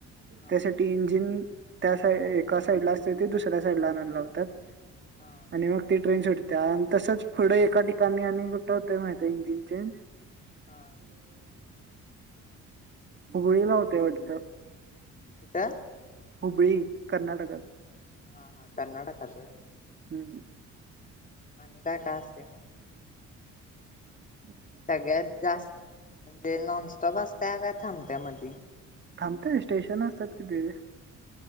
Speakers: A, on the left (about 25°); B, on the right (about 35°).
A: हा
B: त्यासाठी इंजिन त्या साईड एका साईड ला असते ते दुसऱ्या साईड ला आणून लावतात
A: हा
B: आणि मग ती ट्रेन सुटते त्यान तसच पुढे एका ठिकाणी आणि कुठं होतं माहित इंजिन चेंज
A: हा
B: उगळी ला होतेवटच
A: कुठं
B: हुबळी कर्नाटकात
A: हा हा कर्नाटकात आहे
B: हम्म
A: आणि काय काय असते मग
B: हम्म
A: सगळ्यात जास्त म्हणजे नॉनस्टॉप असत का थांबत्या म
B: थांबतेय स्टेशन असतात किती